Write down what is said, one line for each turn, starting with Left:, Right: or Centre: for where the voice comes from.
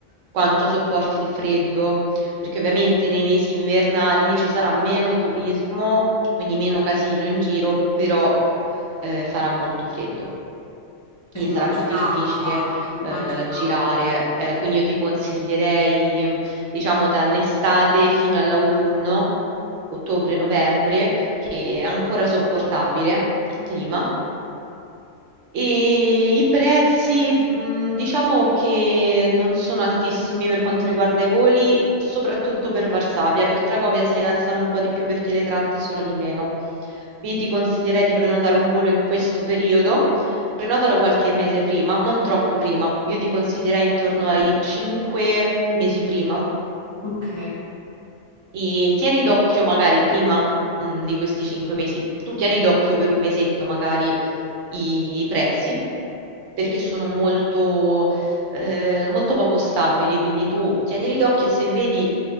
Right: quanto sopporti il freddo, perché ovviamente nei mesi invernali ci sarà meno turismo, quindi meno casino in giro, però eh, farà molto freddo. quindi
Left: Eh, Immaginavo,
Right: sarà più difficile
Left: infatti,
Right: eh,
Left: immaginavo.
Right: girare. Eh, quindi io ti consiglierei, diciamo, dall'estate fino all'autunno, ottobre-novembre, che è ancora sopportabile il clima. E i prezzi, mh, diciamo che non sono altissimi per quanto riguarda i voli, soprattutto per Varsavia. Per Cracovia si alzano un po' di più perché le tratte sono di meno. Quindi ti consiglierei di prenotare un volo in questo periodo. Prenotalo qualche mese prima, non troppo prima. Io ti consiglierei intorno ai 5 mesi prima.
Left: Ok,
Right: E tieni d'occhio magari prima, mm, di questi cinque mesi, tu tieni d'occhio per un mesetto magari i, i prezzi, perché sono molto, eh, molto poco stabili, quindi tu tienili d'occhio e se vedi